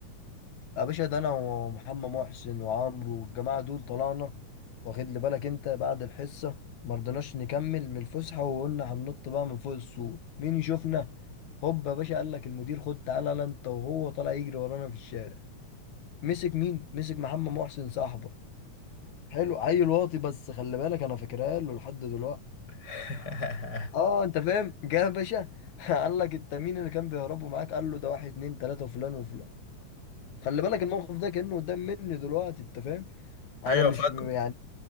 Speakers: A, on the left; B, on the left.
A: يا باشا ده انا ومحمد محسن وعمرو والجماعه دول طلعنا واخد لي بالك انت بعد الحصه ما رضيناش نكمل من الفسحه وقلنا هننط بقى من فوق السور مين يشوفنا هوب يا باشا قال لك المدير خد تعالى يلا انت وهو طالع يجري ورانا في الشارع مسك مين مسك محمد محسن صاحبه حلو عيل واطي بس خلي بالك انا فاكرها له لحد دلوقتي
B: <laughs>
A: اه انت فاهم جه يا باشا <laughs> قال لك انت مين اللي كان بيهربوا معاك قال له ده واحد اتنين تلاته وفلان وفلان خلي بالك الموقف ده كانه قدام مني دلوقتي انت فاهم
B: ايوه
A: انا مش
B: فاكره
A: يعني